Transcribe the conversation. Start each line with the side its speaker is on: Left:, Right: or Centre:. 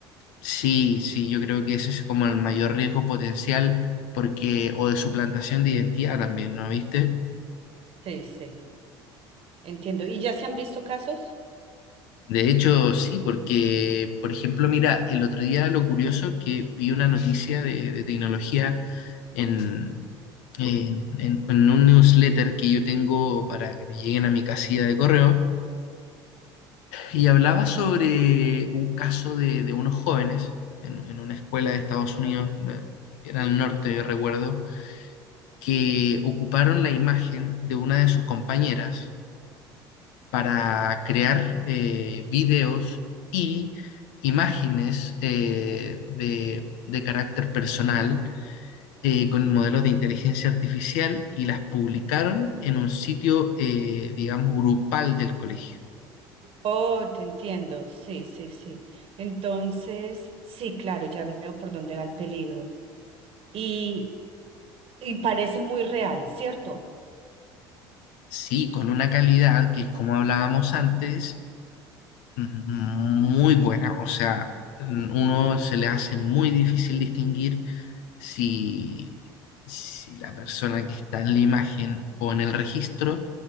Left: Sí, sí, yo creo que ese es como el mayor riesgo potencial porque, o de suplantación de identidad también, ¿no viste?
Right: Sí, sí, entiendo. ¿Y ya se han visto casos?
Left: De hecho, sí, porque, por ejemplo, mira, el otro día lo curioso que vi una noticia de, de tecnología en, en, en- en un newsletter que yo tengo para que me lleguen a mi casilla de correo, y hablaba sobre un caso de, de unos jóvenes en, en una escuela de Estados Unidos, eh, bien al norte, yo recuerdo, que ocuparon la imagen de una de sus compañeras para crear eh, videos y imágenes eh, de, de carácter personal eh, con modelos de inteligencia artificial y las publicaron en un sitio, eh, digamos, grupal del colegio.
Right: Oh, te entiendo, sí, sí, sí. Entonces, sí, claro, ya veo por dónde va el peligro. Y, y parece muy real, ¿cierto?
Left: Sí, con una calidad que es como hablábamos antes, Mm, Muy buena, o sea, mm, uno se le hace muy difícil distinguir si, si la persona que está en la imagen o en el registro